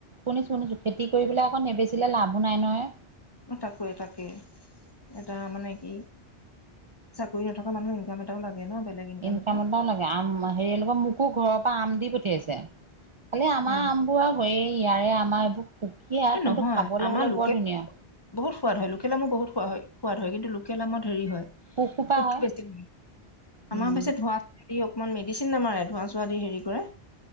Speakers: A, on the right (about 50°); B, on the left (about 25°).
A: শুনিছো শুনিছো। খেতি কৰি পেলাই আকৌ নেবেচিলে লাভো নাই নহয়।
B: তাকো এ তাকে এটা মানে কি চাকৰি নথকা মানুহ ইনকাম এটাও লাগে। ন বেলেগ ইনকাম
A: ইনকামটাও
B: এটাও
A: লাগে আম হেৰিলৰ মোকো ঘৰৰ পৰা আম দি পঠিয়াইছে। খালি আমাৰ
B: অ
A: আম বোৰ আৰু হয় ইয়াৰে আমাৰ এইবোৰ পুকীয়া
B: এ নহয়
A: কিন্তু খাবলৈ
B: আমাৰ
A: হ'লে
B: লোকেল
A: বৰ ধুনীয়া
B: বহুত সোৱাদ হয় লোকেল মো বহুত সোৱাদ হয়। সোৱাদ হয় কিন্তু লোকেল আামৰ হেৰি হয়
A: পোক সোপা হয়
B: বেছি
A: উম
B: আমাৰ বেছ ধোঁৱা অকমান মেডিচিন নামাৰে ধোঁৱাই দি হেৰি কৰে